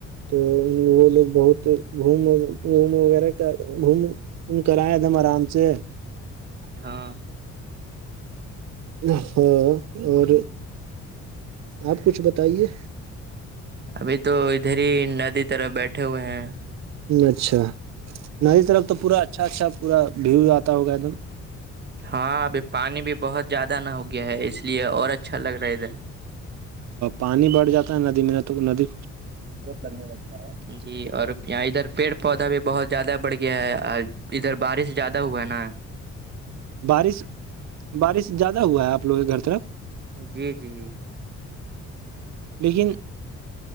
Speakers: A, on the right; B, on the right.
A: تو وہ لوگ بہت گوم گوم وغیرہ کا گوم تم کرا دم آرام سے
B: ہاں <inaudible>
A: ہاں اور <inaudible> آپ کچھ بتائیے
B: ابھی تو ادھر ہی ندی طرف بیٹھے ہوئے ہیں
A: اچھا ناری طرف تو پورا اچھا اچھا پورا ویو آتا ہوگا ایک دم
B: ہاں ابھی پانی بھی بہت زیادہ نہ ہو گیا ہے اس لیے اور اچھا لگ رہا ہے ا دھر
A: پانی بڑھ جاتا ہے ندی میں تو ندی
B: لگنے لگتا ہے جی اور یہاں ادھر پیڑ پودا بھی بہت زیادہ بڑھ <unintelligible> یہ ادھر بارش زیادہ ہوا ہے نا
A: بارش بارش زیادہ ہوا ہے آپ لوگوں کے گھر طرف
B: جی جیی <unintelligible>
A: لیکن <unintelligible>